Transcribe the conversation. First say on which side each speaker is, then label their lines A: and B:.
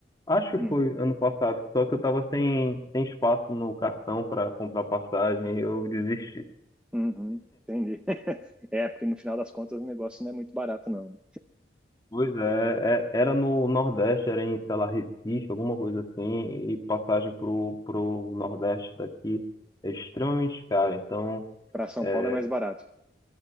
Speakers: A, on the left (about 20°); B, in the centre.
A: acho
B: Hum,
A: que foi ano passado, só que eu tava sem, sem espaço no cartão para comprar passagem e eu desisti.
B: uhum, entendi. <laughs> É, porque no final das contas o negócio não é muito barato, não.
A: Pois é, é- era no Nordeste, era em, sei lá, Recife, alguma coisa assim, e passagem pro, pro Nordeste daqui é extremamente cara, então
B: Para São
A: é,
B: Paulo é mais barato.